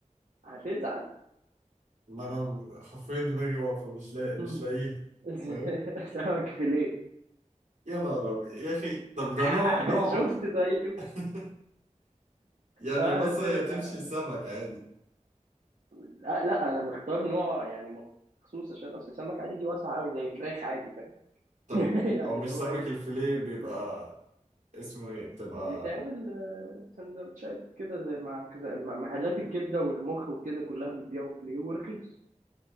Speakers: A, on the right (about 85°); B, on the right (about 70°).
A: هتزعل
B: ما انا حرفيا دماغي واقفه مش لاقي
A: <laughs>
B: مش لاقيها فاهم
A: سمك فيليه
B: يا نهار أبيض. يا اخي طب ده
A: <laughs>
B: نوع نوع
A: شفت طيب
B: <laughs> يعني
A: اه
B: مثلا
A: قلت
B: هي
A: لك
B: تمشي
A: يعني.
B: سمك عادي
A: لا لا انا مختار نوع يعني مخصوص عشان اصل السمك عادي دي واسعه قوي زي فراخ عادي فاهم
B: طب
A: <laughs> يعني
B: او مش
A: اللي
B: سمك
A: هو ايه
B: الفيليه
A: مختار
B: بيبقى اسمه ايه بتبقى
A: بيتعمل آه، سندوتشات كده زي مع زي مع محلات الكبده والمخ وكده كلها بيبيعوا فيليه ورخيص